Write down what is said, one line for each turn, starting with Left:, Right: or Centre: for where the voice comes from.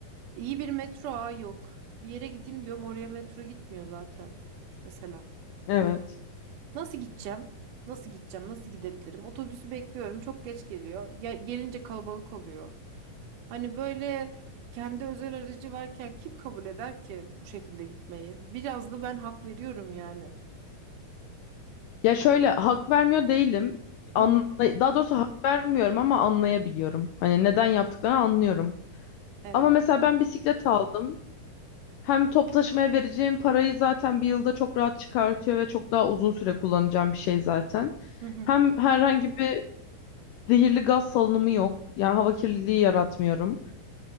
Right: İyi bir metro ağı yok. Bir yere gideyim diyorum oraya metro gitmiyor zaten. Mesela.
Left: evet.
Right: Nasıl gideceğim? Nasıl gideceğim? Nasıl gidebilirim? Otobüsü bekliyorum. Çok geç geliyor. Gel- gelince kalabalık oluyor. Hani böyle kendi özel aracı varken kim kabul eder ki bu şekilde gitmeyi? Biraz da ben hak veriyorum yani.
Left: Ya şöyle hak vermiyor değilim. Anla
Right: Hı hı.
Left: daha doğrusu hak vermiyorum ama anlayabiliyorum. Hani neden yaptıklarını anlıyorum.
Right: Evet.
Left: Ama mesela ben bisiklet aldım. Hem top taşımaya vereceğim parayı zaten bir yılda çok rahat çıkartıyor ve çok daha uzun süre kullanacağım bir şey zaten.
Right: Hı hı.
Left: Hem herhangi bir zehirli gaz salınımı yok. Yani hava kirliliği yaratmıyorum.